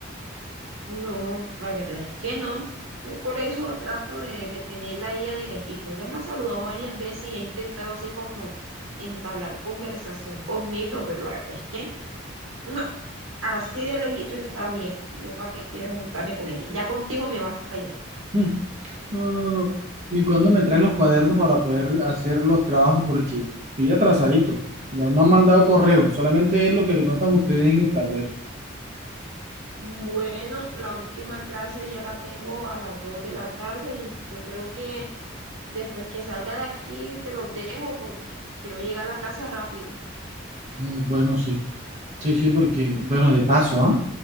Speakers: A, on the right; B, on the right.
A: No, la verdad es que no. Yo por eso trato de, de tenerla a ella de lejito. Ella me ha saludado varias veces y ha intentado así como entablar conversación conmigo, pero la verdad es que no, así de lejito está bien. Yo para qué quiero juntarme con ella. Ya contigo me basta ya.
B: Mm. No, no, no. ¿Y cuándo me traes los cuadernos para poder hacer los trabajos? Porque estoy atrasadito. Ya no han mandado correo, solamente es lo que notan ustedes en el tablero.
A: Bueno, la última clase ya la tengo a las 2 de la tarde y yo creo que después que salga de aquí te lo dejo porque quiero llegar a la casa rápido.
B: Mm, Bueno, sí, sí, sí, porque, bueno, de paso, ¿ah?